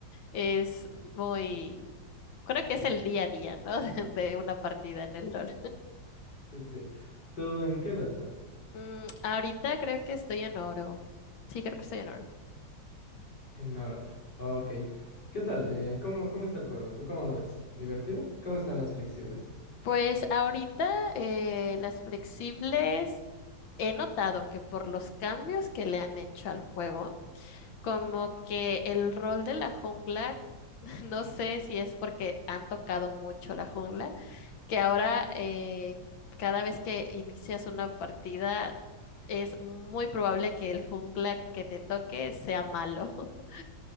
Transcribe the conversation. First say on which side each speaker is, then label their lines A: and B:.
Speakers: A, on the left; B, on the left.
A: Es muy... Creo que es el día a día, ¿no? <laughs> De una partida en el LOL.
B: sí, sí. ¿Tú en qué lo estás?
A: Mm, ahorita creo que estoy en oro. Sí, creo que estoy en oro.
B: En oro. Ok. ¿Qué tal? Eh, ¿cómo, cómo está el juego? ¿Tú cómo lo ves? ¿Divertido? ¿Cómo están las flexibles?
A: Pues ahorita eh, las flexibles he notado que por los cambios que le han hecho al juego, Como que el rol de la jungla, <laughs> no sé si es porque han tocado mucho la jungla, que ahora eh, cada vez que inicias una partida es muy probable que el jungla que te toque sea malo, <laughs>